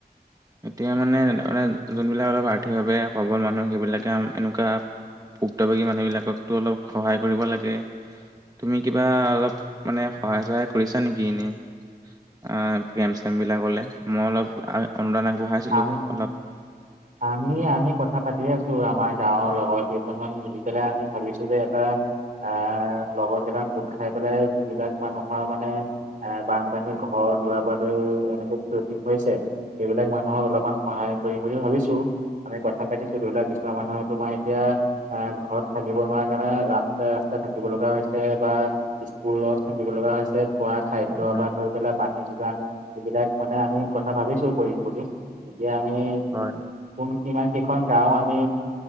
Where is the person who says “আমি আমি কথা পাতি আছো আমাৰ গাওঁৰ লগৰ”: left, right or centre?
Right